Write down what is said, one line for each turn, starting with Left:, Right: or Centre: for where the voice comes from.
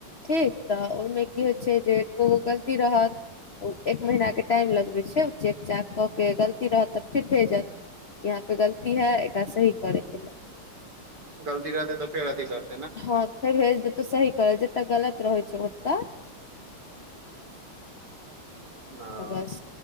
Left: ठीक तऽ ओहिमे की होइ छैय जे एक्कोगो गलती रहत ओ एक महिना के टाईम लगबै छैय चेक चाक क के गलती रहत तब फेर भेजत यहाँ पे गलती है एकरा सही करे के ले
Right: गलती रहतै तऽ फेर अथी कर
Left: हँ फेर भेज देतौ सही करत जत गलत रहैत छैय ओतऽ।
Right: हँ
Left: तऽ बस